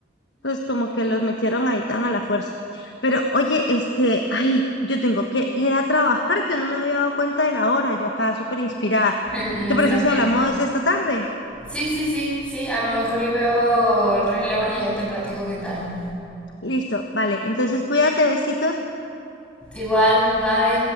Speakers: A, on the left; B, in the centre.
A: Entonces, como que los metieron ahí tan a la fuerza. Pero, oye, este, ay, yo tengo que ir a trabajar, yo no me había dado cuenta de la hora, yo acá súper inspirada.
B: <laughs> no
A: ¿Te
B: está
A: parece
B: bien.
A: si hablamos esta tarde?
B: Sí, sí, sí, sí, a lo mejor y veo el Rey León y ya te platico qué tal.
A: Listo, vale, entonces cuídate, besitos.
B: Igual, bye.